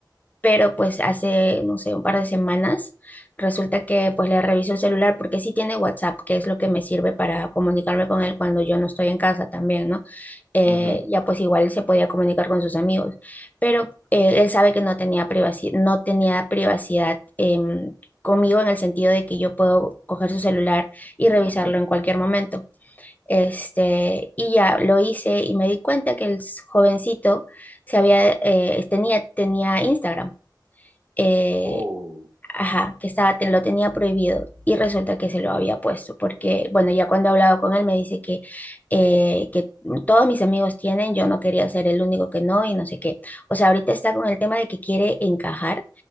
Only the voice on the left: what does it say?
pero pues hace, no sé, un par de semanas, resulta que pues le reviso el celular porque sí tiene WhatsApp, que es lo que me sirve para comunicarme con él cuando yo no estoy en casa también, ¿no? Eh,
ya pues igual se podía comunicar con sus amigos, pero eh, él sabe que no tenía privacidad, no tenía privacidad em, conmigo en el sentido de que yo puedo coger su celular y
revisarlo en cualquier momento. Este, y ya lo hice y me di cuenta que el jovencito se había, eh, tenía, tenía Instagram eh,
ajá, que estaba, te- lo tenía prohibido y resulta que se lo había puesto, porque, bueno, ya cuando he hablado con él me dice que, eh, que todos mis amigos tienen, yo no quería ser el único que no y no sé qué. O sea, ahorita está con el tema de que quiere encajar